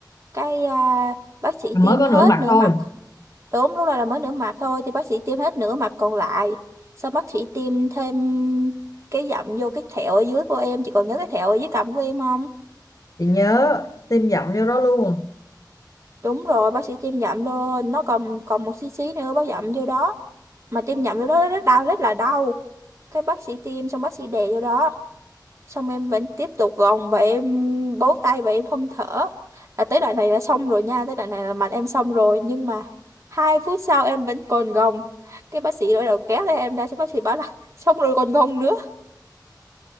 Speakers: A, on the right (about 40°); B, on the left (about 50°).
A: cái à, bác sĩ
B: mới
A: tiêm
B: có
A: hết
B: nửa mặt
A: nửa
B: thôi
A: mặt đúng lúc đó là mới nửa mặt thôi thì bác sĩ tiêm hết nửa mặt còn lại sau bác sĩ tiêm thêm cái dặm vô cái thẹo ở dưới của em chị còn nhớ cái thẹo ở dưới cằm của em không
B: chị nhớ tiêm dặm vô đó luôn
A: đúng rồi bác sĩ tiêm dặm vô nó còn còn một xí xí nữa bác dặm vô đó mà tiêm dặm vô đó rất đau rất là đau cái bác sĩ tiêm xong bác sĩ đè vô đó xong em vẫn tiếp tục gồng và em bấu tay và em không thở là tới đoạn này là xong rồi nha tới đoạn này là mặt em xong rồi nhưng mà hai phút sau em vẫn còn gồng cái bác sĩ bắt đầu kéo tay em ra xong bác sĩ bảo là xong rồi còn gồng nữa